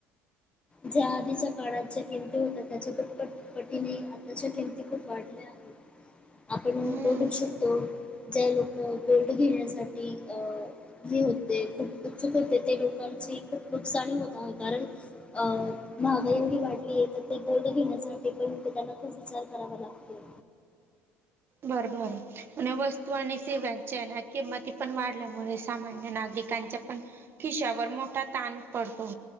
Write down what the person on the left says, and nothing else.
ज्या आधीच्या काळात ज्या किमती होत्या त्याच्या दुटपटपटीने आताच्या किमती खूप वाढल्या आपण
बघूच शकतो ज्या लोक गोल्ड घेण्यासाठी अ हे होते खूप उत्सुक होते ते लोकांची खूप नुकसानी होत कारण अ महागा एवढी वाढली आहे तर ते गोल्ड घेण्यासाठी पण ते त्यांना तेच विचार करावा लागते